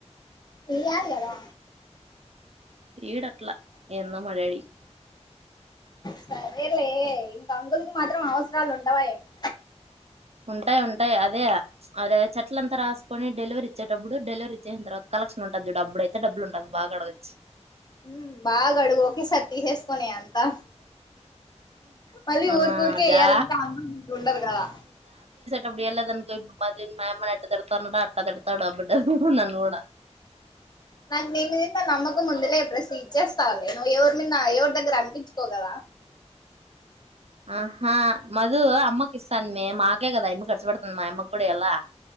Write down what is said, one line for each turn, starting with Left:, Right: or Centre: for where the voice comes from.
Left: ఇయ్యాలి కదా
Right: ఈడట్లా ఏందో మా డాడీ
Left: సరేలే ఇంకా అంకుల్ కి మాత్రం అవసరాలు ఉండవా ఏంటి
Right: ఉంటాయి ఉంటాయి అదే అదే చెట్ల అంతా రాసుకొని డెలివరీ ఇచ్చేటప్పుడు డెలివరీ ఇచ్చేసిన తర్వాత కలక్షన్ ఉంటుది చూడు అప్పుడయితే డబ్బులు ఉంటది బాగా అడగచ్చు
Left: ఉమ్ బాగా అడుగు ఒకేసారి తీసేసుకోనే అంతా మళ్ళీ
Right: ఆ
Left: ఊరిక ఊరికే వేయ్యాలంటే
Right: జా
Left: అందరు ఉండదు కదా
Right: అప్పుడ లేదు అనుకో మా అమ్మ ఎట్ట తడతానుడో అట్టా తడతాడు అబడ నన్న కూడా
Left: నాకు నీ మీద నమ్మకం ఉందిలే ప్లస్ ఇచ్చేస్తావు అని నువ్వు ఎవరి మీద ఎవరి దగ్గర అనిపించుకోవు కదా
Right: ఆహా మధు అమ్మకి ఇస్తాంది మే మాకే కదా అమ్మ ఖర్చు పడతాంది మా అమ్మ కూడా ఎలా